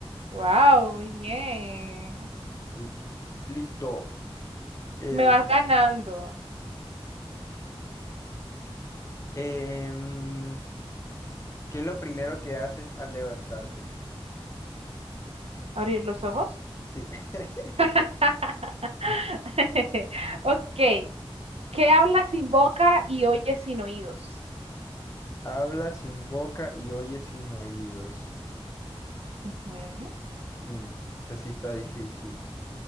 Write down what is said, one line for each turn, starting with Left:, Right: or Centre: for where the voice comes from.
Right: Wow, muy bien.
Left: Estoy listo. Eh,
Right: Me vas ganando.
Left: em, ¿qué es lo primero que haces al levantarte?
Right: ¿Abrir los ojos?
Left: Sí. <laughs>
Right: <laughs>
Left: Mm.
Right: <laughs> Ok, ¿Qué habla sin boca y oye sin oídos?
Left: Habla sin boca y oye sin oídos.
Right: Ujú.
Left: Mm, esto sí está difícil.